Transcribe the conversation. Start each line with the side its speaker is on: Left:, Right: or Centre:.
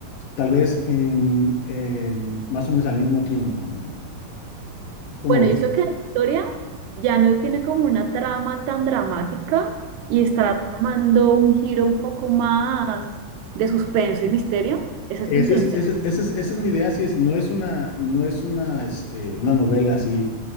Left: tal vez en, en más o menos al mismo tiempo, ¿no? ¿Cómo
Right: Bueno,
Left: ves?
Right: yo creo que la historia ya no tiene como una trama tan dramática y está tomando un giro un poco más de suspenso y misterio. Esa es
Left: Ese
Right: tu intención.
Left: es, ese, ese es, esa es mi idea, así es, no es una, no es una, este, una novela así,